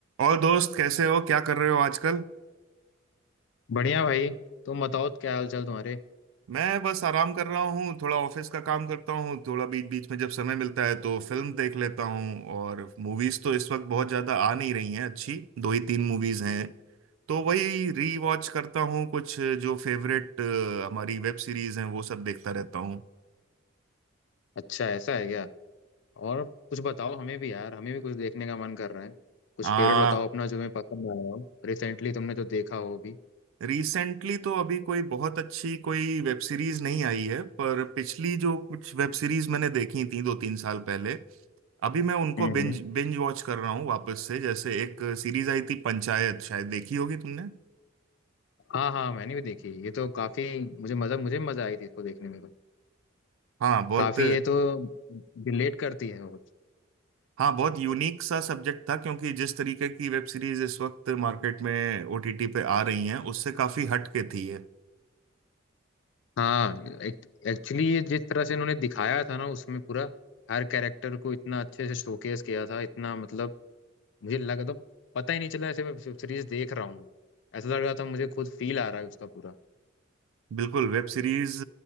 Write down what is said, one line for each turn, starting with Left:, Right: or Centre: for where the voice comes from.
Right: और दोस्त कैसे हो क्या कर रहे हो आजकल
Left: बढ़िया भाई तुम बताओ क्या हाल चाल तुम्हारे
Right: मैं बस आराम कर रहा हूँ थोड़ा ऑफिस का काम करता हूँ थोड़ा बीच बीच में जब समय मिलता है तो फिल्म देख लेता हूँ और मूवीज तो इस वक्त बहुत ज्यादा आ नहीं रही हैं अच्छी दो ही तीन मूवीज हैं तो वही री वॉच करता हूँ कुछ जो फेवरेट हमारी वेब सीरीज हैं वो सब देखता रहता हूँ
Left: अच्छा ऐसा है क्या और कुछ बताओ हमें भी यार हमें भी कुछ देखने का मन कर रहा है कुछ
Right: आ
Left: फेवरेट बताओ अपना जो मैं पसंद आया हो रिसेंटली तुमने जो देखा हो अभी
Right: रिसेंटली तो अभी कोई बहुत अच्छी कोई वेब सीरीज नहीं आई है पर पिछली जो कुछ वेब सीरीज मैंने देखी थी दो तीन साल पहले अभी मैं उनको
Left: हम्म
Right: बिंज
Left: हम्म।
Right: बिंज वॉच कर रहा हूँ वापस से जैसे एक सीरीज आई थी पंचायत शायद देखी होगी तुमने
Left: हाँ हाँ मैंने भी देखी ये तो काफी मुझे मजा मुझे मजा आई थी इसको देखने में तो
Right: हाँ बहुत
Left: काफी ये तो रिलेट करती है वो
Right: हाँ बहुत यूनिक सा सब्जेक्ट था क्योंकि जिस तरीके की वेब सीरीज इस वक्त मार्केट में ओटीटी पे आ रही हैं उससे काफी हट के थी ये
Left: हाँ एक्चुअली ये जिस तरह से इन्होंने दिखाया था ना उसमें पूरा हर कैरेक्टर को इतना अच्छे से शोकेस किया था इतना मतलब मुझे लगा तो पता ही नहीं चला ऐसे मैं सीरीज देख रहा हूँ ऐसा लग रहा था मुझे खुद फील आ रहा है उसका पूरा
Right: बिल्कुल वेब सीरीज